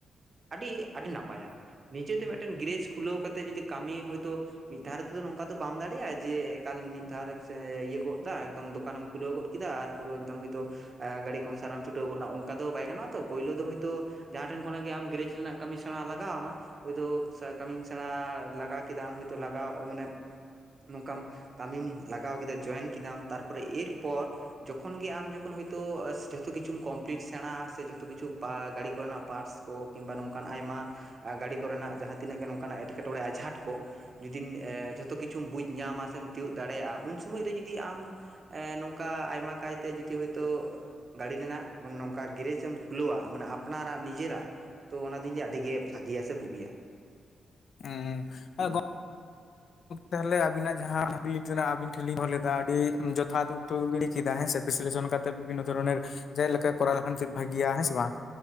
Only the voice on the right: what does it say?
ᱟᱹᱰᱤ ᱟᱹᱰᱤ ᱱᱟᱯᱟᱭᱟ᱾ ᱱᱤᱡᱮᱛᱮ ᱢᱤᱜᱴᱮᱱ ᱜᱮᱨᱮᱡᱽ ᱠᱷᱩᱞᱟᱹᱣ ᱠᱟᱛᱮᱝ ᱡᱩᱫᱤ ᱠᱟᱹᱢᱤ ᱦᱚᱭᱛᱳ ᱢᱤᱫ ᱫᱷᱟᱣ ᱨᱮᱫᱚ ᱛᱚ ᱱᱚᱝᱠᱟ ᱫᱚ ᱵᱟᱢ ᱫᱟᱲᱮᱜᱼᱟ ᱡᱮ ᱮᱠᱟᱞ ᱢᱤᱫ ᱫᱷᱟᱣ ᱨᱮᱢ ᱥᱮ ᱤᱭᱟᱹ ᱜᱚᱫ ᱫᱟ ᱮᱠᱫᱚᱢ ᱫᱚᱠ ᱫᱚᱠᱟᱱᱮᱢ ᱠᱷᱩᱞᱟᱹᱣ ᱜᱚᱫ ᱠᱮᱫᱟ ᱟᱨ ᱯᱩᱨᱟᱹ ᱮᱠᱫᱚᱢ ᱦᱳᱭᱛᱳ ᱮ ᱜᱟᱲᱤᱠᱚᱢ ᱜᱟᱹᱲᱤ ᱠᱚᱢ ᱥᱟᱨᱟᱢ ᱪᱷᱩᱴᱟᱹᱣ ᱜᱚᱫ ᱱᱟ ᱚᱱᱠᱟ ᱫᱚ ᱵᱟᱭ ᱜᱟᱱᱚᱜᱼᱟ ᱛᱚ᱾ ᱯᱳᱭᱞᱳ ᱫᱚ ᱦᱳᱭᱛᱳ ᱡᱟᱦᱟᱸ ᱴᱷᱮᱱ ᱠᱷᱚᱱᱟᱜ ᱜᱮ ᱟᱢ ᱜᱮᱨ᱾ᱮᱡᱽ ᱨᱮᱱᱟᱜ ᱠᱟᱹᱢᱤ ᱥᱮᱬᱟ ᱞᱟᱜᱟᱣ ᱭᱟᱢᱟ᱾ ᱦᱳᱭᱛᱳ ᱥᱟ ᱠᱟᱹᱢᱤᱢ ᱥᱮᱬᱟ ᱞᱟᱜᱟᱣ ᱠᱮᱫᱟᱢ ᱦᱳᱭᱛᱳ ᱞᱟᱜᱟᱣ ᱢᱟᱱᱮ ᱱᱚᱝᱠᱟᱢ ᱠᱟᱹᱢᱤᱢ ᱞᱟᱜᱟᱣ ᱠᱮᱫᱟ ᱡᱚᱭᱮᱱ ᱠᱮᱫᱟᱢ ᱛᱟᱨ ᱯᱚᱨᱮ ᱮᱨᱯᱚᱨ ᱡᱚᱠᱷᱚᱱ ᱜᱮ ᱟᱢ ᱡᱚᱠᱷᱚᱱ ᱦᱳᱭᱛᱳ ᱟᱥ ᱡᱷᱚ ᱛᱚ ᱠᱤᱪᱷᱩᱢ ᱠᱚᱢᱯᱞᱤᱴ ᱥᱮᱬᱟ ᱥᱮ ᱡᱷᱚᱛᱚ ᱠᱤᱪᱷᱩ ᱵᱟ ᱜᱟᱲᱤ ᱠᱚᱨᱮᱱᱟᱜ ᱯᱟᱨᱴᱥ ᱠᱚ ᱠᱤᱢᱵᱟ ᱱᱚᱝᱠᱟᱱ ᱟᱭᱢᱟ ᱜᱟᱹᱲᱤ ᱠᱚᱨᱮᱱᱟᱜ ᱡᱟᱦᱟᱸ ᱛᱤᱱᱟᱹᱜ ᱜᱮ ᱱᱚᱝᱠᱟᱱᱟᱜ ᱮᱸᱴᱠᱮ ᱴᱚᱬᱮ ᱟᱸᱡᱷᱟᱴ ᱠᱚ ᱡᱩᱫᱤᱢ ᱮᱸ ᱡᱷᱚᱛᱚ ᱠᱤᱪᱷᱩᱢ ᱵᱩᱡᱽ ᱧᱟᱢᱟ ᱥᱮᱢ ᱛᱤᱭᱳᱜ ᱫᱟᱲᱮᱭᱟᱜᱼᱟ ᱩᱱ ᱥᱚᱢᱚᱡ ᱨᱮ ᱡᱩᱫᱤ ᱟᱢ ᱮ ᱱᱚᱝᱠᱟ ᱟᱭᱢᱟ ᱠᱟᱭᱛᱮ ᱡᱩᱫᱤ ᱦᱚᱭᱛᱳ ᱜᱟᱹᱲᱤ ᱨᱮᱱᱟᱜ ᱢᱟᱱᱮ ᱱᱚᱝᱠᱟ ᱜᱮᱨᱮᱡᱽ ᱮᱢ ᱠᱷᱩᱞᱟᱹᱣᱟ᱾ ᱢᱟᱱᱮ ᱟᱯᱱᱟᱨᱟᱜ ᱱᱤᱡᱮᱨᱟᱜ ᱛᱚ ᱚᱱᱟ ᱫᱩᱧ ᱞᱟᱹᱭᱟ ᱟᱹᱰᱤ ᱜᱮ ᱵᱷᱟᱜᱤᱭᱟ ᱥᱮ ᱵᱩᱜᱤᱭᱟ᱾
ᱦᱩᱸ